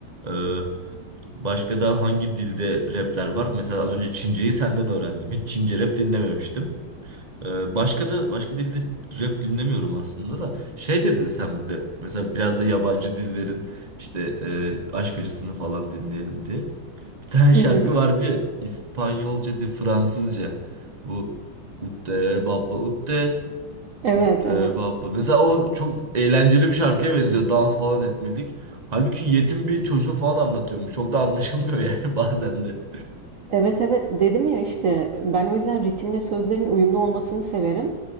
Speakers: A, on the right; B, on the right.
A: E, Başka da hangi dilde rapler var? Mesela az önce Çince'yi senden öğrendim. Hiç Çince rap dinlememiştim. Ee, başka da başka dilde rap dinlemiyorum aslında da. Şey dedin sen bir de. Mesela biraz da yabancı dillerin işte e, aşk acısını falan dinleyelim diye. Bir tane
B: Hı
A: şarkı
B: hı.
A: vardı ya İspanyolca değil Fransızca. Bu Utte Baba Utte
B: Evet,
A: Utte
B: evet.
A: Bappa. Mesela o çok eğlenceli bir şarkıya benziyor. Dans falan etmelik. Halbuki yetim bir çocuğu falan anlatıyormuş. Çok da anlaşılmıyor yani <laughs> bazen de.
B: Evet, evet. Dedim ya işte ben o yüzden ritimle sözlerin uyumlu olmasını severim.